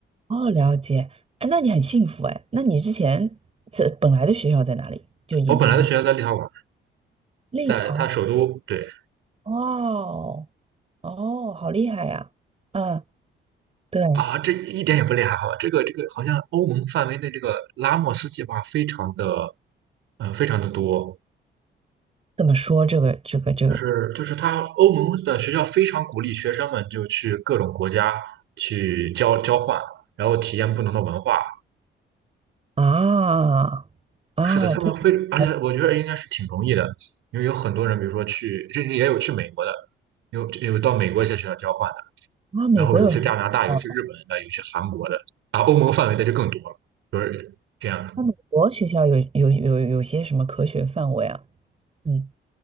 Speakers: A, on the right (about 30°); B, on the right (about 80°).
A: 哦了解，哎，那你很幸福哎。那你之前这本来的学校在哪里？就研究生
B: 我本来的学校在立陶宛，
A: 立陶，
B: 在它首都。对
A: 哇哦，哦，好厉害呀！啊，对，
B: 啊，这一点也不厉害哈。这个这个好像欧盟范围内这个拉莫斯计划非常的，呃，非常的多。
A: 怎么说这个这个这个
B: 就是就是他欧盟的学校非常鼓励学生们就去各种国家去交交换，然后体验不同的文化。
A: 啊啊都啊，
B: 是的，他们非而且我觉得应该是挺容易的，因为有很多人，比如说去，甚至也有去美国的，有有到美国一些学校交换的，
A: 啊美国有什么啊？
B: 然后有些加拿大，有些日本的，有些韩国的，啊，欧盟范围的就更多了，就是这样的。
A: 那美国学校有有有有些什么科学范围啊？嗯，